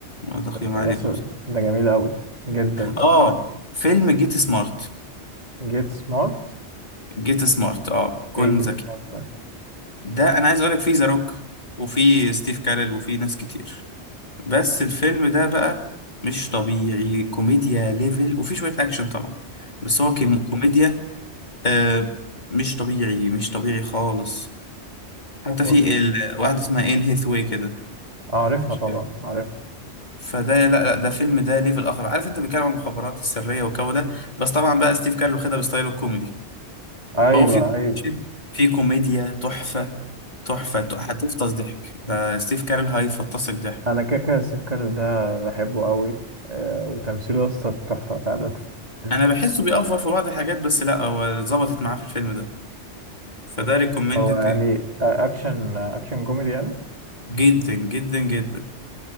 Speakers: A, on the left (about 40°); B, on the right (about 35°).
A: آه، تقييم عالي
B: يا اسطى
A: أوي بصراحة.
B: ده جميل قوي جدا
A: اه فيلم جيت سمارت
B: جيت سمارت
A: جيت سمارت اه كن
B: ايه جيت
A: ذكي
B: سمارت ده
A: ده انا عايز اقول لك فيه ذا روك وفي ستيف كارل وفي ناس كتير بس الفيلم ده بقى مش طبيعي كوميديا ليفل وفي شوية أكشن طبعا بس هو كم- كوميديا آه مش طبيعي مش طبيعي خالص حتى
B: والله
A: في ال... واحدة اسمها إن هيثواي كده
B: اعرفها
A: مش
B: طبعا
A: عارف.
B: عارفها
A: فده لا لا ده فيلم ده ليفل آخر عارف أنت بيتكلم عن المخابرات السرية والجو ده بس طبعا بقى ستيف كارل واخدها بستايله الكوميدي
B: ايوه
A: فهو في
B: ايوه
A: في كوميديا تحفة تحفة تح- هتفطس ضحك ده ستيف كارل هيفطسك ضحك
B: انا كاكا السكر ده بحبه قوي آه وتمثيله يا اسطى تحفه فعلا <laughs>
A: أنا بحسه بيأفور في بعض الحاجات بس لا هو ظبطت معاه في الفيلم ده فده ريكومندد
B: هو يعني آه، اكشن اكشن كوميدي يعني
A: جدا جدا جدا